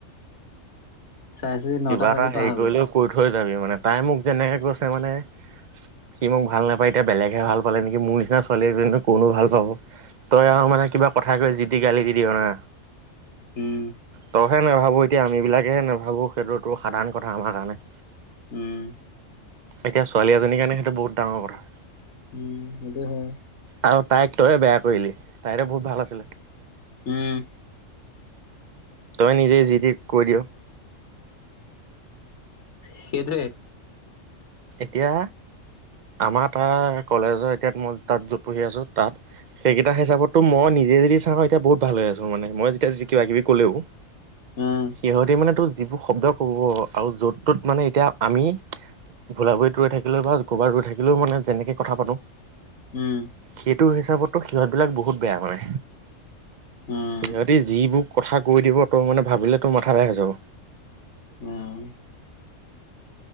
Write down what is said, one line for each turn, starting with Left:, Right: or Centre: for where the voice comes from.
Left: চাইচুহি
Right: কিবা
Left: নটা
Right: এটা
Left: বাজি
Right: হেৰি
Left: পৰা হৈ
Right: কৰিলেও
Left: গল।
Right: কৈ থৈ যাবি মানে তাই মোক যেনেকৈ কৈছে মানে সি মোক ভাল নাপায় এতিয়া বেলেগহে ভাল পালে নেকি মোৰ নিচিনা ছোৱাল এজনী কৰ নো ভাল পাব। তই আৰু মানে কিবা কথা কৈ যি টি গালি দি দিয় না।
Left: উম।
Right: তইহে নাভাবোঁ এতিয়া আমিবিলাকেহে নাভাবোঁ সেইটোতো সাধাৰণ কথা আমাৰ কাৰণে।
Left: উম।
Right: এতিয়া ছোৱালী এজনীৰ কাৰণে সেই বহুডাঙৰ কথা।
Left: উম, সেইটোয় হয়।
Right: আৰু তাইক তইে বেয়া কৰিলি তাইতে বহুত ভাল আছিলে।
Left: উম।
Right: তইে নিজে যিটি কৈ দিয়।
Left: সেইটোৱে।
Right: এতিয়া আমাৰ তটা কলেজৰ এতিয়া মই তাত য'ত পঢ়ি আছোঁ তাত সেইকেইটা হিচাপতো মই নিজে যদি চাওঁ এতিয়া বহুত ভাল আছো মানে মই যেতিয়া কিবা কিবি ক'লেও
Left: উম
Right: সিহতে মানে তোৰ যিবোৰ শব্দ ক'ব আৰু য'ত তত মানে এতিয়া আমি ভোলাবুৰিত ৰৈ থাকিলেও বা গোবাত ৰৈ থাকিলেও মানে যেনেকৈ কথা পাতোঁ
Left: উম।
Right: সেইটো হিচাপতো সিহঁতবিলাক বহুত বেয়া কৰে
Left: উম
Right: সিহঁতি যিবোৰ কথা কৈ দিব তই মানে ভাবিলে তোৰ মাথা বেয়া হৈ যাব।
Left: উম।